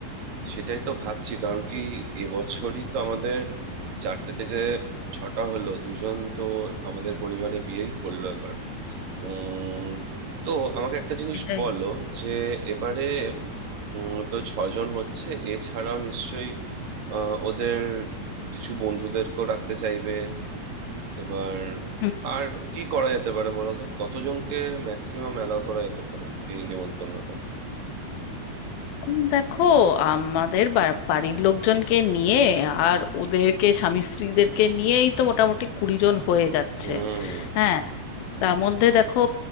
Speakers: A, on the right; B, on the left.
A: সেটাই তো ভাবছি কারণ কি এবছরই তো আমাদের চারটে থেকে ছটা হলো দুজন তো আমাদের পরিবারে বিয়েই করলো এবার উম তো আমাকে একটা জিনিস
B: এটাই
A: বলো যে এবারে উম তো ছজন হচ্ছে এছাড়াও নিশ্চয়ই আহ ওদের কিছু বন্ধুদেরকেও রাখতে চাইবে এবার
B: হুম,
A: আর কি করা যেতে পারে বলো তো কতজনকে ম্যাক্সিমাম অ্যালাউ করা যেতে পারে এই নেমন্তন্নটায়
B: উম, দেখো আমাদের বা- বাড়ির লোকজনকে নিয়ে আর ওদেরকে স্বামী স্ত্রীদেরকে নিয়েই তো মোটামুটি কুড়ি জন হয়ে যাচ্ছে
A: হুম
B: হ্যাঁ তার মধ্যে দেখো